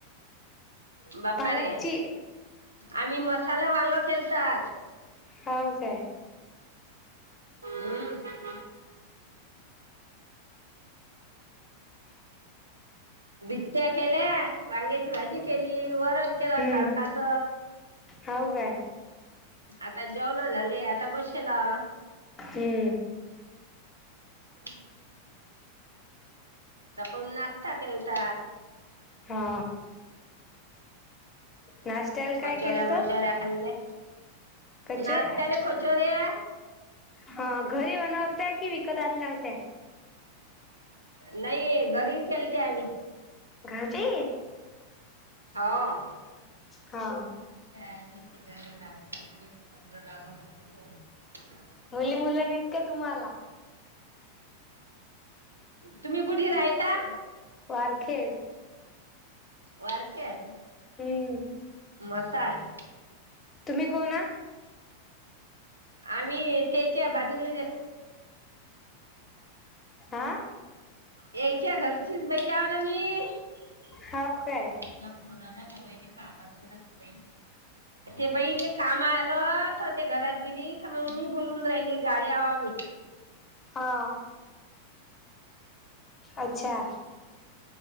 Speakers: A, on the right; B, on the left.
A: बापा
B: पालकची
A: रे आम्ही मसाला वांग केलत आज.
B: होव काय
A: हम्म <unintelligible> केल्या वांग्याची भाजी केली, वरण केलं
B: हम्म
A: तडकाच.
B: हाव काय
A: आता जेवण झाले आता बसेला.
B: हम्म
A: चक सकून नाश्ता केलता.
B: हा नाश्त्याला काय
A: कचोऱ्या
B: केलत
A: मचोऱ्या खाल्या
B: कचोऱ्या
A: नाश्त्याला
B: काय?
A: कचोऱ्या
B: हा घरी बनवलत्या की विकत आणल्या होत्या?
A: नाही घरी केलत्या आम्ही.
B: घरी
A: होव
B: हा
A: <unintelligible>
B: मुली, मुलं नाहीत का तुम्हाला?
A: तुम्ही कुठे रायता?
B: वारखेड.
A: वारखेड
B: हम्म
A: मसाय
B: तुम्ही कोण हा?
A: आम्ही त्याच्या बाजूला
B: आ
A: यायच्या घरचीच बाई हाव ना मी. <unintelligible>
B: हाव काय
A: ते बहिले काम आलं तर ते घरात गेली तर मग मी बोलून राहिली गाडी्या आव मी.
B: हा अच्छा